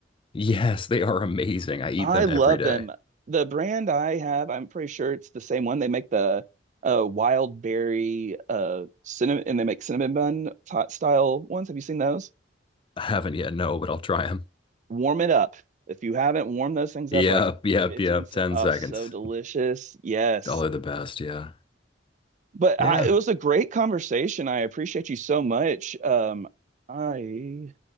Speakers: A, on the left; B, on the right.
A: Yes, they are amazing. I eat
B: I
A: them
B: love
A: every day.
B: them. The brand I have, I'm pretty sure it's the same one. They make the uh, wild berry uh, cinnamon, and they make cinnamon bun t style ones. Have you seen those?
A: I haven't yet, no, but I'll try them.
B: Warm it up. If you haven't, warm those things
A: Yep,
B: up like
A: yep,
B: 15
A: yep.
B: se-
A: 10
B: Oh,
A: seconds.
B: so delicious. Yes.
A: Oh, they're the best. Yeah.
B: But
A: Yeah.
B: I, it was a great conversation. I appreciate you so much. Um, I